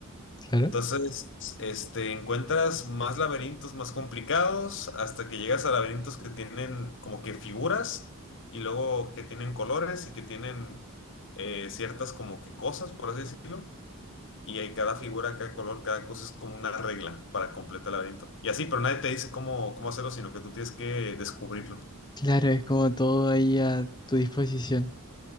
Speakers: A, on the left; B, on the left.
A: claro.
B: Entonces, este, encuentras más laberintos más complicados hasta que llegas a laberintos que tienen como que figuras y luego que tienen colores y que tienen eh, ciertas como que cosas, por así decirlo. Y hay cada figura, cada color, cada cosa es como una regla para completar el laberinto. Y así, pero nadie te dice cómo, cómo hacerlo, sino que tú tienes que descubrirlo.
A: Claro, es como todo ahí a tu disposición.